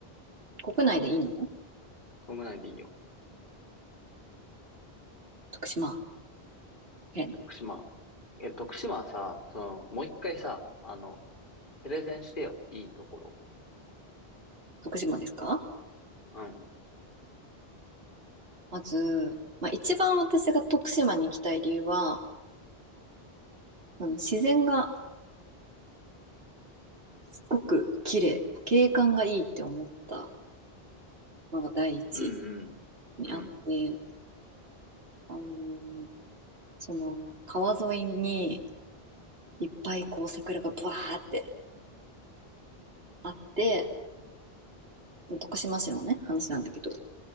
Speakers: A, on the right; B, on the left.
A: 国内でいいの
B: 国内でいいよ。
A: 徳島県。
B: 徳島。え、徳島はさ、その、もう一回さ、あの、プレゼンしてよ。いいところ。
A: 徳島ですか
B: うん。
A: まず、まあ、一番私が徳島に行きたい理由は、あの自然がすっごく綺麗、景観がいいって思ったのが第一
B: うん、うん。
A: にあって、
B: うん。
A: あのーその川沿いにいっぱいこう桜がブワーってあって、徳島市のね話なんだけど